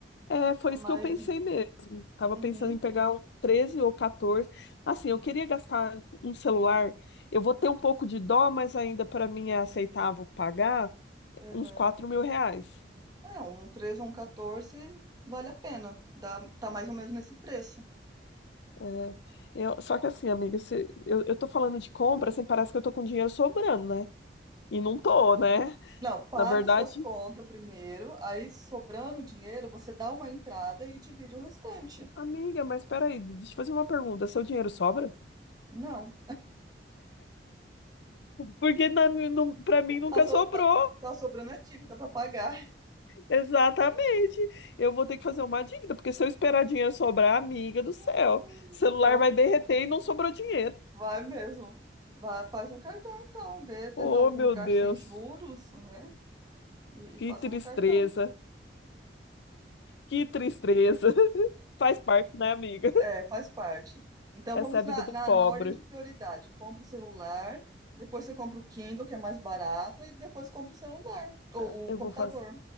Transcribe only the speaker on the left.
É, foi
isso
que eu pensei mesmo. Tava
pensando em pegar um 13 ou 14. Assim, eu queria gastar um celular. Eu vou ter um pouco de dó, mas ainda para mim é aceitável pagar
uns quatro mil reais.
É, eu, só que assim, amiga, se- eu, eu tô falando de compra, assim, parece que eu tô com dinheiro sobrando, né? E não tô, né?
Na verdade,
amiga, mas peraí, deixa eu fazer uma pergunta. Seu dinheiro sobra?
Porque na, mim, não, pra mim nunca
sobrou.
Exatamente. Eu vou ter que fazer uma dívida, porque se eu esperar dinheiro sobrar, amiga do céu,
celular
vai derreter e não sobrou dinheiro.
Oh,
meu
Deus,
que
tristeza,
que tristeza. <laughs> Faz parte, né, amiga?
<laughs>
Essa
é a
vida do
pobre.
Ah, Eu
vou fazer,